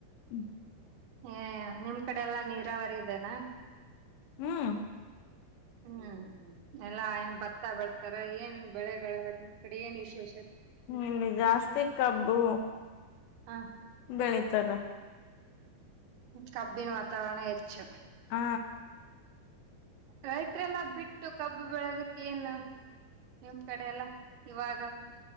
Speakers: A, on the left; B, on the right.
A: ಹ್ಮ್ <unintelligible>
B: ಯ ಯ ನಿಮ್ ಕಡೆ ಎಲ್ಲಾ ನೀರಾವರಿ ಇದೆನಾ
A: ಹ್ಮ್
B: ಹ್ಮ್ ಎಲ್ಲಾ ಎನ್ ಭತ್ತ ಬೆಳ್ತಾರ ಏನ್ ಬೆಳೆಗಳ ನಿಮ್ ಕಡೆ ಏನ್ ವಿಶೇಷ
A: ಹ್ಮ ಇಲ್ಲಿ ಜಾಸ್ತಿ ಕಬ್ಬು
B: ಹ
A: ಬೆಳಿತಾರ
B: ಕಬ್ಬಿನ ವಾತಾವರಣ ಹೆಚ್ಚು
A: ಹ
B: ರೈತ್ರೆಲ್ಲಾ ಬಿಟ್ಟು ಕಬ್ಬು ಬೆಳೋದಕ್ಕ ಏನು ನಿಮ್ ಕಡೆ ಎಲ್ಲ ಇವಾಗ